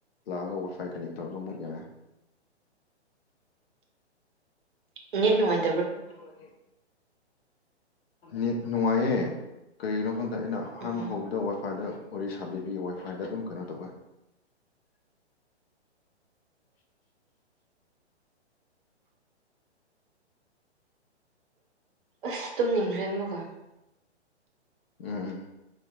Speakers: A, on the left; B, on the right.
A: ꯂꯥꯛꯑꯒ ꯋꯥꯏ ꯐꯥꯏ ꯀꯅꯦꯛ ꯇꯧꯔꯒ ꯑꯃꯨꯛ ꯌꯥꯔꯦ
B: ꯃꯤꯠ ꯅꯨꯡꯉꯥꯏ
A: <inaudible> ꯅꯦꯠ ꯅꯨꯡꯉꯥꯏꯌꯦ ꯀꯔꯤꯒꯤꯅꯣ ꯈꯪꯗ ꯑꯩꯅ ꯑꯍꯥꯟꯕ
B: ꯎꯝ
A: ꯍꯧꯕꯗ ꯋꯥꯏꯐꯥꯏꯗ ꯋꯥꯔꯤ ꯁꯥꯕꯤ ꯋꯥꯏꯐꯥꯏꯗ ꯑꯗꯨꯝ ꯀꯩꯅꯣ ꯇꯧꯋꯦ
B: ꯑꯁ ꯇꯨꯝꯅꯤꯡꯈ꯭ꯔꯦ ꯑꯃꯨꯛꯀꯥ
A: ꯎꯝ